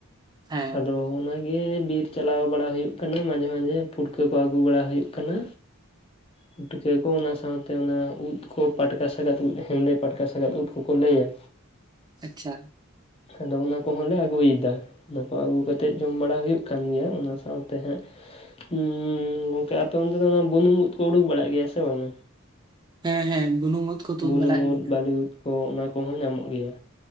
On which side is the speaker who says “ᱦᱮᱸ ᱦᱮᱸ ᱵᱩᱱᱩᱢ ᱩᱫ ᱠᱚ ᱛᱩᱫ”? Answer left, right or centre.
Right